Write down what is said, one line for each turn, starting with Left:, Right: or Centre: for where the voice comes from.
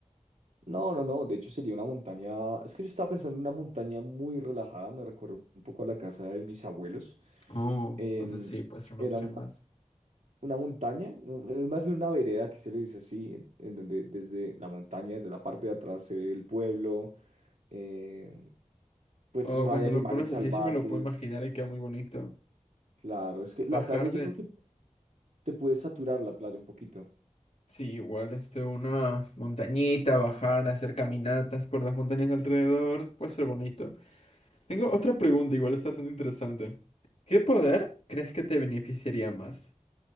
Right: No, no, no. De hecho, sería una montaña. Es que yo estaba pensando en una montaña muy relajada. Me recuerda un poco a la casa de mis abuelos.
Left: Oh,
Right: Em,
Left: entonces sí, puede ser una
Right: Era
Left: opción más.
Right: una montaña, no, es más bien una vereda que se le dice así, en, en donde desde la montaña, desde la parte de atrás se ve el pueblo, eh, pues
Left: Oh,
Right: no
Left: cuando
Right: hay animales
Left: lo pones
Right: salvajes,
Left: así, sí me lo puedo imaginar y queda muy bonito.
Right: claro, es que
Left: Bajar
Right: la playa yo
Left: de,
Right: creo que te puede saturar la playa un poquito.
Left: sí, igual, este, una montañita, bajar, hacer caminatas por las montañas de alrededor, puede ser bonito. Tengo otra pregunta, igual está bastante interesante. ¿Qué poder crees que te beneficiaría más?